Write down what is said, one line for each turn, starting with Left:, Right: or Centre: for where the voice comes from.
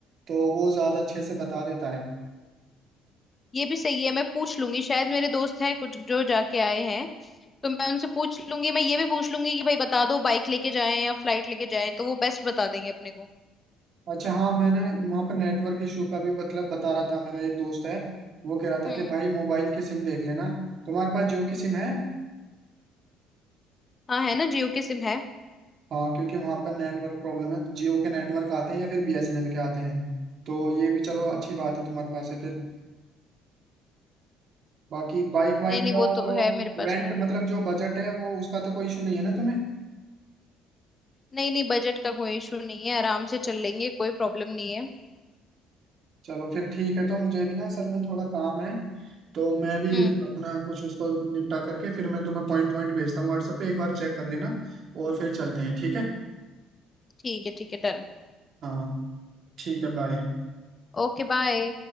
Right: तो वो ज्यादा अच्छे से बता देता है
Left: ये भी सही है मैं पूछ लूंगी शायद मेरे दोस्त हैं कुछ जो जाके आए हैं तो मैं उनसे पूछ लूंगी मैं ये भी पूछ लूंगी कि भाई बता दो बाइक लेके जाएं या फ्लाइट लेके जाएं तो वो बेस्ट बता देंगे अपने को
Right: अच्छा हाँ मैंने वहाँ पर नेटवर्क इशू का भी मतलब बता रहा था मेरा एक दोस्त है वो कह रहा था
Left: हम्म
Right: कि भाई मोबाइल की सिम देख लेना तुम्हारे पास जियो की सिम है
Left: हाँ है ना जियो की सिम है
Right: हाँ क्योंकि वहाँ पर नेटवर्क प्रॉब्लम है जियो के नेटवर्क आते हैं या फिर बीएसएनएल के आते हैं तो ये भी चलो अच्छी बात है तुम्हारे पास है फिर बाकी बाइक वाइक
Left: नहीं नहीं
Right: का
Left: वो तो
Right: तो
Left: है मेरे पास
Right: रेंट
Left: में
Right: मतलब जो बजट है वो उसका तो कोई इशू नहीं है ना तुम्हें
Left: नहीं नहीं बजट का कोई इशू नहीं है आराम से चल लेंगे कोई प्रॉब्लम नहीं है
Right: चलो फिर ठीक है तो मुझे भी ना असल में थोड़ा काम है तो मैं भी
Left: हम्म
Right: अपना कुछ उसको निपटा करके फिर मैं तुम्हें पॉइंट वॉइंट भेजता हूँ व्हाट्सएप पे एक बार चेक कर लेना और फिर चलते हैं ठीक है
Left: ठीक है ठीक है डन
Right: हाँ ठीक है बाय
Left: Okay bye